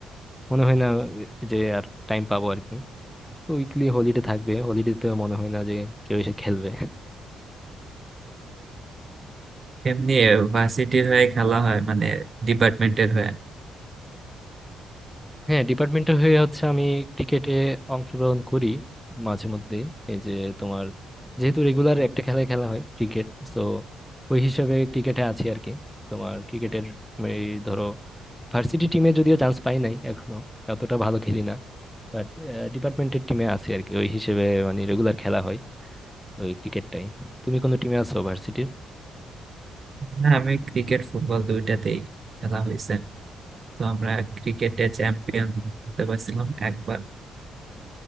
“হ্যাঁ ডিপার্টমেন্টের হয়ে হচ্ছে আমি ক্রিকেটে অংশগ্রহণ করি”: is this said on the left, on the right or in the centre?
Centre